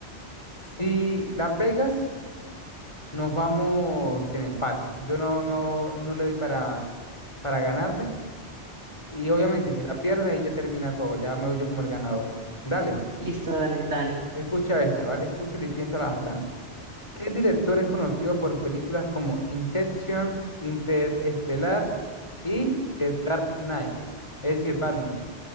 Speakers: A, on the left; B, on the right.
A: Si la pegas, nos vamos en empate. Yo no, no, no le doy para, para ganarle. Y obviamente, si la pierdes, ahí ya termina todo. Ya me voy yo como el ganador. Dale.
B: Listo, dale, dale.
A: Escucha esta, ¿vale? Escúchala y piénsala bastante. ¿Qué director es conocido por películas como Inception, Interestelar y The Dark Knight? Es decir, Batman.